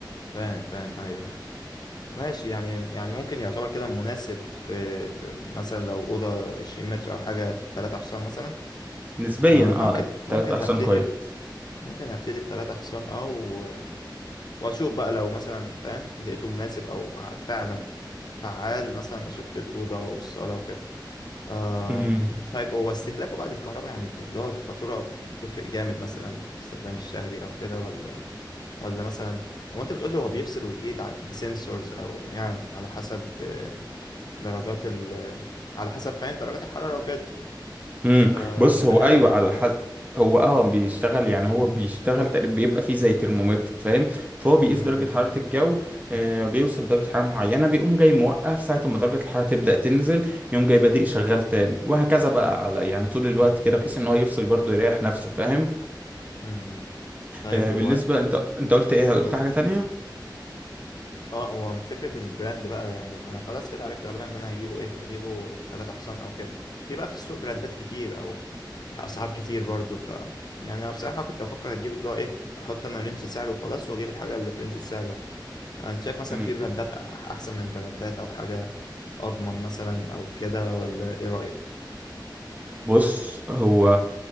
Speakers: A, on the left (about 60°); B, on the right (about 20°).
A: فاهم فاهم ايوه ايوه ماشي يعني يعني ممكن يعتبر كده مناسب في في مثلا لو اوضه 20 متر او حاجه 3 حصان مثلا
B: نسبيا
A: آه ممكن
B: اه
A: ممكن
B: تلاتة حصان
A: هبتدي
B: كويس
A: ب- ممكن هبتدي بتلاتة حصان اه و- واشوف بقى لو مثلا فاهم لقيته مناسب او ع- فعلا فعال مثلا اشوف للاوضه والصاله وكده آم،
B: امم
A: طيب هو استهلاكه بقى للكهرباء يعني بي- اللي هو الفاتوره هتفرق جامد مثلا في استخدام الشهري او كده ولا ولا مثلا هو انت بتقول له هو بيفصل ويقيد ع- بسنسورز او يعني على حسب آه، درجات ال آه، على حسب فاهم درجات الحرارة وكده
B: امم
A: فانت
B: بص هو
A: ايه
B: ايوه
A: رأيك
B: على
A: او كده
B: حد هو اه بيشتغل يعني هو بيشتغل تقريبا بيبقى فيه زي ترمومتر فاهم فهو بيقيس
A: امم
B: درجة حرارة الجو آه بيوصل لدرجة حرارة معينة بيقوم جاي موقف ساعة ما درجة الحرارة تبدأ تنزل يقوم جاي بادئ شغال تاني وهكذا بقى على يعني طول الوقت كده بحيث ان هو يفصل برضه يريح نفسه فاهم
A: امم طيب
B: آه بالنسبة
A: هو
B: انت انت قلت ايه قلت
A: هو-
B: حاجة تانية
A: اه هو فكرة البراند بقى يعني انا خلاص كده عرفت غالبا ان انا هجيبه ايه هجيبه ثلاثة حصان او كده في بقى في السوق براندات كتير او يعني اسعار كتير برضو ف يعني انا بصراحة كنت بفكر اجيب اللي هو ايه احط انا رينج سعر وخلاص واجيب الحاجة اللي في رينج السعر ده. انت شايف مثلا
B: امم
A: في براندات احسن من براندات او حاجة اضمن مثلا او كده ولا ايه رأيك
B: بص هو